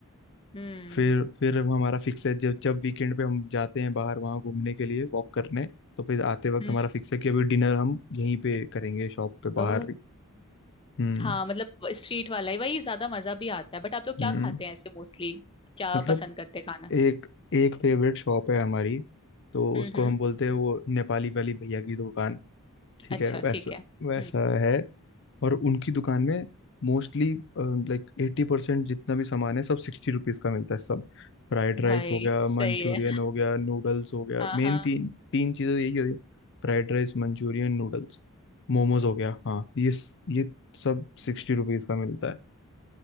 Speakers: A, on the left (about 25°); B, on the left (about 55°).
A: हम्म
B: फिर फिर हमारा फिक्स है जब जब वीकेंड पे हम जाते हैं बाहर वहाँ घूमने के लिए वॉक करने तो फिर आते वक्त
A: हम्म
B: हमारा फिक्स है कि अभी डिनर हम यहीं पे करेंगे शॉप पे
A: ओ
B: बाहर ही हम्म
A: हाँ मतलब स्ट्रीट वाला ही वही ज्यादा मजा भी आता है बट आप लोग क्या
B: हम्म
A: खाते हैं ऐसे मोस्टली क्या
B: मतलब
A: पसंद करते हैं खाना
B: एक एक फेवरेट शॉप है हमारी तो
A: हम्म
B: उसको
A: हम्म
B: हम बोलते हैं वो नेपाली वाली भैया की दुकान ठीक
A: अच्छा
B: है वैसा
A: ठीक है हम्म
B: वैसा है और उनकी दुकान में मोस्टली लाइक एटी परसेंट जितना भी सामान है सब सिक्सटी रुपीज का मिलता है सब फ्राइड राइस
A: भाई
B: हो गया
A: सही
B: मंचूरियन
A: है
B: हो गया नूडल्स हो गया
A: हाँ
B: मेन
A: हाँ
B: तीन तीन चीज़ें यही होती है Fried rice manchurian noodles momos हो गया हाँ ये ये सब सिक्सटी रुपीज का मिलता है